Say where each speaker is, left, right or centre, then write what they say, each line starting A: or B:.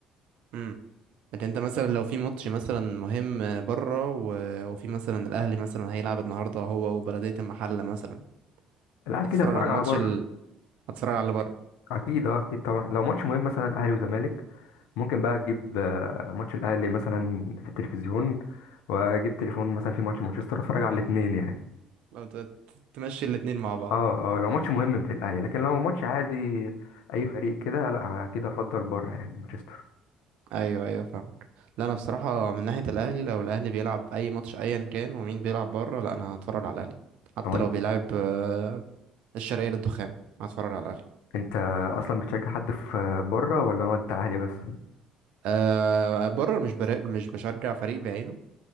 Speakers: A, on the right; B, on the left.
A: امم لكن انت مثلا لو في ماتش مثلا مهم بره و... وفي مثلا الاهلي مثلا هيلعب النهارده هو وبلدية المحلة مثلا
B: لا اكيد
A: هتتفرج
B: هتفرج
A: على الماتش
B: على بره
A: ال... هتتفرج على اللي بره
B: اكيد اه اكيد طبعا لو ماتش مهم مثلا اهلي وزمالك ممكن بقى تجيب آه، ماتش الاهلي مثلا في التلفزيون واجيب تليفون مثلا في ماتش مانشستر اتفرج على الاثنين يعني
A: لو ت- ت- تمشي الاتنين مع بعض
B: اه اه لو ماتش مهم في الاهلي لكن لو ماتش عادي اي فريق كده لا كده افضل بره يعني مانشستر
A: ايوه ايوه فاهمك لا انا بصراحه من ناحيه الاهلي لو الاهلي بيلعب اي ماتش ايا كان ومين بيلعب بره لا انا هتفرج على الاهلي حتى
B: هو
A: لو بيلعب آه، الشرقيه للدخان هتفرج على الاهلي
B: انت اصلا بتشجع حد في بره ولا هو انت اهلي بس
A: أه بره مش برا... مش بشجع فريق بعينه